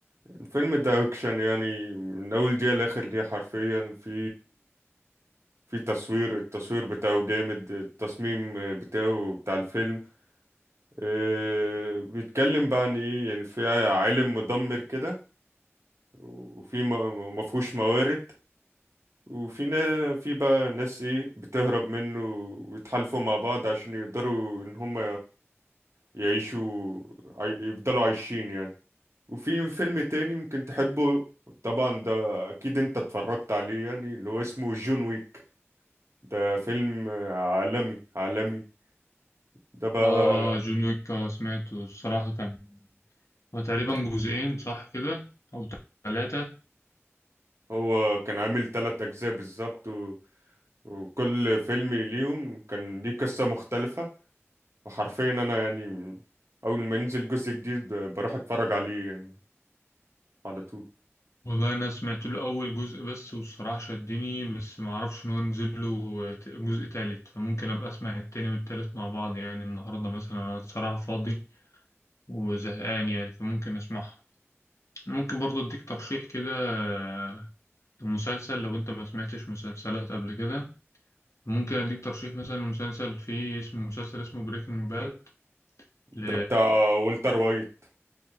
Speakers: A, on the right; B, on the left.
A: الفيلم ده أكشن يعني من أول دقيقة لآخر دقيقة حرفيا في في تصوير التصوير بتاعه جامد التصميم بتاعه بتاع الفيلم إيه بيتكلم بقى عن إيه يعني في عالم مدمر كده وفي م- مفهوش موارد وفي نا- في بقى ناس ايه بتهرب منه ويتحالفوا مع بعض عشان يقدروا ان هم يعيشوا عاي- يفضلوا عايشين يعني وفي فيلم تاني ممكن تحبه طبعا ده اكيد انت اتفرجت عليه يعني اللي هو اسمه جون ويك ده فيلم عالمي عالمي ده بقى
B: اه جون ويك آه، سمعته الصراحه كان هو تقريبا
A: ده
B: جزئين صح كده او ثلاثه
A: هو كان عامل تلات اجزاء بالظبط و... وكل فيلم ليهم كان ليه قصة مختلفة وحرفيا انا يعني اول ما ينزل جزء جديد ب- بروح اتفرج عليه يعني على طول
B: والله انا سمعت له اول جزء بس والصراحه شدني بس ما اعرفش ان هو نزل له ت- جزء تالت فممكن ابقى اسمع التاني والتالت مع بعض يعني النهارده مثلا انا الصراحه فاضي وزهقان يعني فممكن اسمعها ممكن برضو اديك ترشيح كده آه، لمسلسل لو انت ما سمعتش مسلسلات قبل كده ممكن اديك ترشيح مثلا لمسلسل فيه اسم مسلسل اسمه بريكنج باد ل...
A: ده بتاع والتر وايت